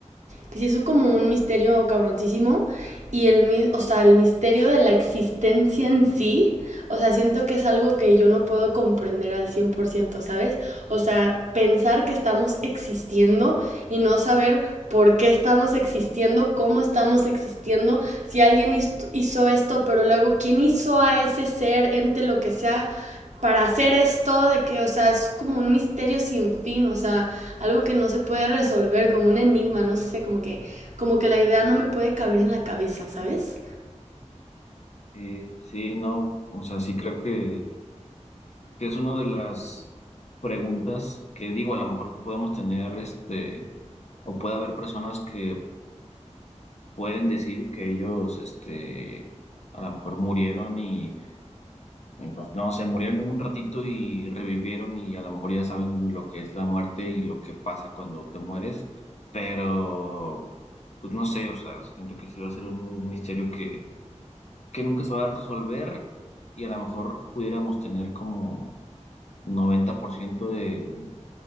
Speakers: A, on the right (about 75°); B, on the left (about 65°).
A: que se hizo como un misterio cabroncísimo y el, o sea, el misterio de la existencia en sí, o sea, siento que es algo que yo no puedo comprender al cien por ciento ¿sabes? O sea, pensar que estamos existiendo y no saber por qué estamos existiendo, cómo estamos existiendo, si alguien hizo esto, pero luego quién hizo a ese ser, ente, lo que sea, para hacer esto, de que, o sea, es como un misterio sin fin, o sea, algo que no se puede resolver, como un enigma, no sé, como que, como que la idea no me puede caber en la cabeza, ¿sabes?
B: Sí, sí, no, o sea, sí creo que, que es una de las preguntas que digo, a lo mejor podemos tener este, o puede haber personas que pueden decir que ellos, este, a lo mejor murieron y, eh, pues, no sé, murieron en un ratito y revivieron y a lo mejor ya saben lo que es la muerte y lo que pasa cuando te mueres, pero, pues no sé, o sea, siento que sí va a ser un misterio que, que nunca se va a resolver y a lo mejor pudiéramos tener como 90% de,